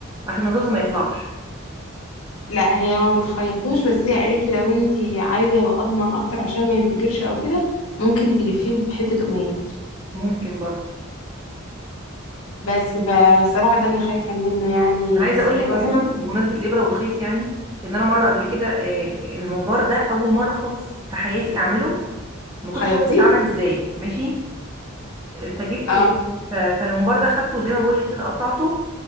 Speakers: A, on the right; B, on the left.
A: عشان الرز ما يطلعش
B: لا هي ما بتخيطوش بس هي قالت لي لو انت عايزه يبقى اضمن اكتر عشان ما ينفجرش او كده ممكن تلفيه بحته قماش
A: ممكن برضو
B: بس فالصراحه ده اللي خايفه منه يعني
A: انا عايزه
B: بس
A: اقول
B: هجربه
A: لك اصلا بمناسبه الابره والخيط يعني ان انا مره قبل كده آه، الممبار ده اول مره خالص في حياتي اعمله ما كنتش
B: خيطتيه
A: عارفه بيتعمل ازاي ماشي فجبت
B: اه
A: ف- فالممبار ده خدته زي ما بقول لك كده قطعته